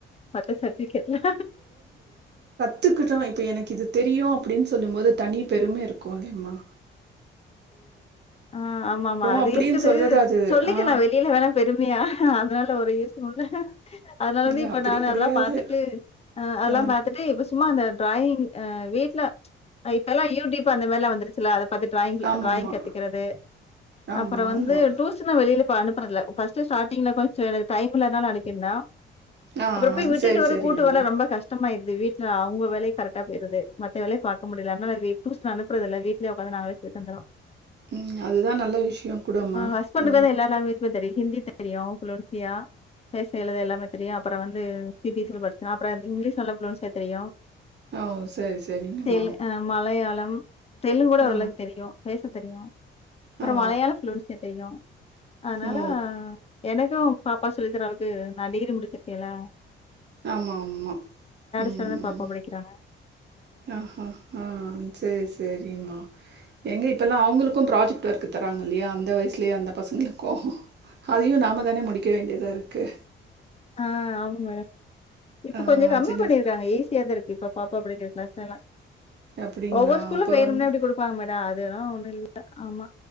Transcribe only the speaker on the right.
கத்துக்கிட்டு இப்ப எனக்கு இது தெரியு அப்டின்னு சொல்லும் போது தனி பெரும இருக்குதிம்மா
அப்டின்னு
சொல்றது அது
ஆ
இல்ல
அப்டி
கெடையாது
ஆ
ஆமாமா
ஆமா
ஆமா
ஆமா
ஆ
சரி
சரிங்கம்மா
உம் அதுதா நல்ல விஷயம் கூடமா
ஆ
ஆ ஓ சரி சரிங்கம்மா
ஆ
ஓ
ஓ
ஆமா ஆமா உம்
ஆஹ ஹா சேரி ச செரிம்மா எங்கே இப்போல்லா அவங்களுக்கும் ப்ராஜெக்ட் ஒர்க்கு தராங்க இல்லையா அந்த வயசுலயே அந்த பசங்களுக்கு அதையு நாம தானே முடிக்க வேண்டிய இதா இருக்கு
ஆ
சின்ன
சின்
அப்படிங்களா?
அப்ப
வந்து